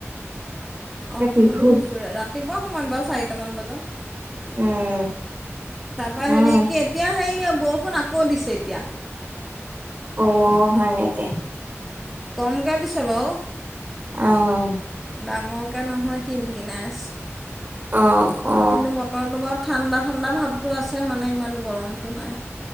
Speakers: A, in the centre; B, on the right.
A: অফ
B: বিহু
A: কৰি শুইছো, ৰাতিপুৱা সময়ত বাৰু চাৰিটামান বজাত।
B: উম
A: তাৰপৰা
B: নাই
A: হেৰি কি এতিয়া সেই বৰষুণ আকৌ দিছে এতিয়া।
B: অ', হয় নেকি?
A: কমকৈ দিছে বাৰু।
B: অহ।
A: ডাঙৰকে নহয় কিন-কিনাই আছে,
B: অ অ
A: কিন্তু বতৰটো বাৰু ঠাণ্ডা-ঠাণ্ডা ভাৱটো আছে মানে, ইমান গৰমটো নাই।